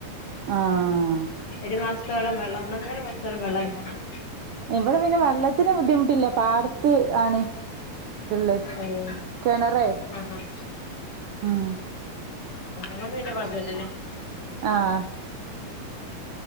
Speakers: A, on the right; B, on the left.
A: ആഹ്
B: ഒരു മാസ <unintelligible> വെള്ളം ഒന്നൊന്നര മാസത്തോളം വെള്ളം ഇല്ലാരുന്നു
A: ഇവിടെ പിന്നെ വെള്ളത്തിന് ബുദ്ധിമുട്ടില്ല പ അടുത്ത് ആണ് ഇതുള്ളേ
B: ഓഹ്
A: കെണറേ
B: ആഹ് ആഹ്
A: ഉം-
B: അതുകൊണ്ട്പിന്നെ കുഴപ്പമില്ല അല്ലേ?
A: ആഹ്